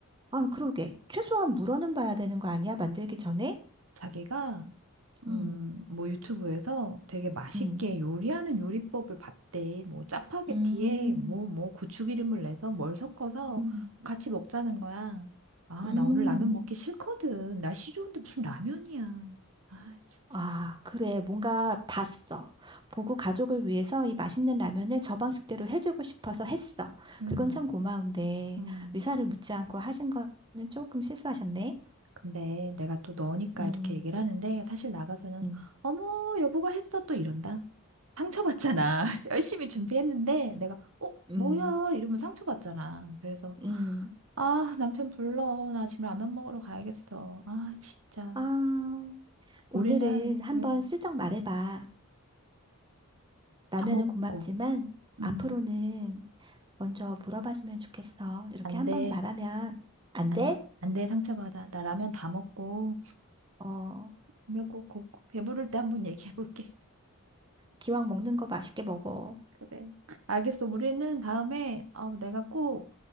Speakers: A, on the right; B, on the right.
A: 아, 그러게. 최소한 물어는 봐야 되는 거 아니야? 만들기 전에?
B: 자기가,
A: 음,
B: 음, 뭐 유튜브에서 되게 맛있게
A: 음,
B: 요리하는 요리법을 봤대. 뭐 짜파게티에
A: 음,
B: 뭐, 뭐 고추기름을 내서 뭘 섞어서
A: 음,
B: 같이 먹자는 거야. 아,
A: 음.
B: 나 오늘 라면 먹기 싫거든. 날씨 좋은데 무슨 라면이야. 아, 진짜.
A: 아, 그래. 뭔가 봤어. 보고 가족을 위해서 이 맛있는 라면을 저 방식대로 해주고 싶어서 했어.
B: 음.
A: 그건 참 고마운데,
B: 음,
A: 의사를 묻지 않고 하신 거는 조금 실수하셨네.
B: 근데 내가 또 너니까
A: 음,
B: 이렇게 얘기를 하는데 사실 나가서는
A: 음,
B: 어머, 여보가 했어 또 이런다. 상처받잖아. <laughs> 열심히 준비했는데 내가 어,
A: 음,
B: 뭐야 이러면 상처받잖아. 그래서
A: 음.
B: 아, 남편 불러. 나 지금 라면 먹으러 가야겠어. 아, 진짜.
A: 아, 오늘은
B: 우리는
A: 한번
B: 음,
A: 슬쩍 말해봐. 라면은
B: 다 먹고.
A: 고맙지만
B: 음,
A: 앞으로는 먼저 물어봐주면 좋겠어. 이렇게
B: 안
A: 한번
B: 돼.
A: 말하면 안
B: 안,
A: 돼?
B: 안 돼. 상처받아. 나 라면 다 먹고.
A: 어,
B: 라면 꼭, 꼭, 꼭 배부를 때 한번 얘기해 볼게.
A: 기왕 먹는 거 맛있게 먹어.
B: 그래. 알겠어. 우리는 다음에 어, 내가 꼭